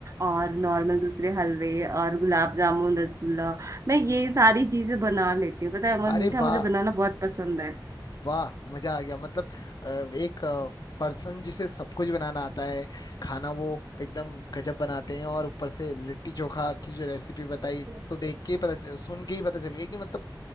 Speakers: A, on the right (about 40°); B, on the left (about 55°).
A: और नॉर्मल दूसरे हलवे और गुलाब जामुन रसगुल्ला मैं ये सारी चीजें बना लेती हूँ पता है और
B: अरे
A: मीठा
B: वाह
A: मुझे बनाना बहुत पसंद है
B: वाह मजा आ गया मतलब अ, एक पर्सन जिसे सब कुछ बनाना आता है खाना वो एकदम गजब बनाते हैं और ऊपर से लिट्टी चोखा की जो रेसिपी बताई
A: <laughs>
B: तो देख के ही पता चल, सुन के ही पता चल गया कि मतलब